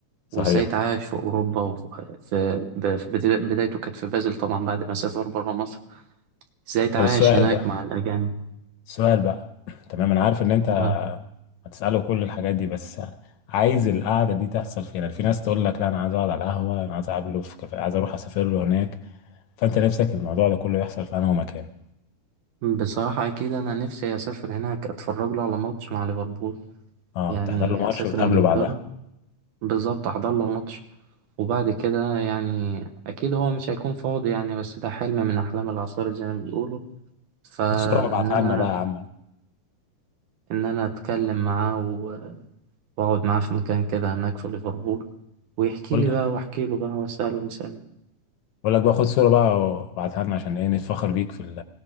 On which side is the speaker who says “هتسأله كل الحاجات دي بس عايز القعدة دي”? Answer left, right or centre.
Left